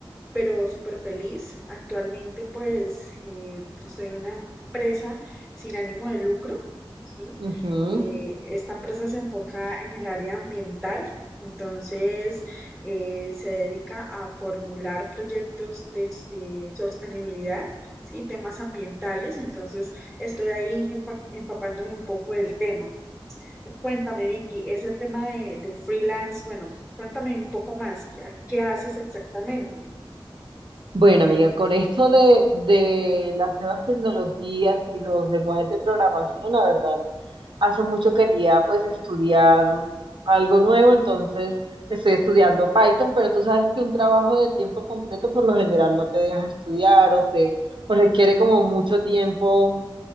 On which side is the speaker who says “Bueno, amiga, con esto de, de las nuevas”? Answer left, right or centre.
Right